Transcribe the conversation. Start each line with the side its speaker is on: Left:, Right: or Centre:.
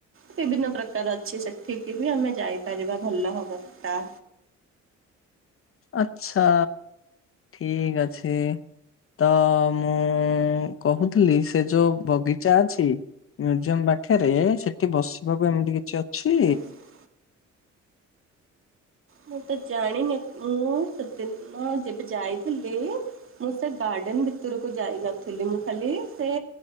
Right: ବିଭିନ୍ନ ପ୍ରକାର ଅଛି ସେଠିକି ବି ଆମେ ଯାଇପାରିବା ଭଲ ହବ ସେଟା।
Left: ଆଚ୍ଛା ଠିକ ଅଛି। ତ ମୁଁ କୋହୁଥୁ ଲି ସେ ଯୋଉ ବଗିଚା ଅଛି ମ୍ୟୁଜିୟମ ପାଖେରେ ସେଠି ବସିବାକୁ ଏମିତି କିଛି ଅଛି।
Right: ମୁଁ ମୁଁ ତ ଜାଣିନି ମୁଁ ସେଦିନ ଯେବେ ଯାଇଥିଲି। ମୁଁ ସେ ଗାର୍ଡେନ ଭିତୁରୁକୁ ଯାଇ ନଥିଲି ମୁଁ ଖାଲି ସେ